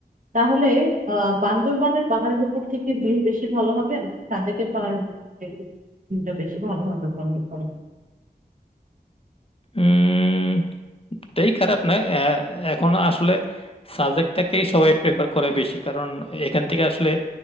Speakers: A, on the right (about 55°); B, on the left (about 35°).
A: তাহলে আহ বান্দরবানের পাহাড়ের উপর থেকে ভিউ বেশি ভালো হবে সাজেকের পাহাড়ের ভিউটা বেশি ভালো হবে বলে মনে করেন?
B: উম এটাই খারাপ না এ- এখন আসলে সাবজেক্টটাকেই সবাই প্রেফার করে বেশি কারণ এখান থেকে আসলে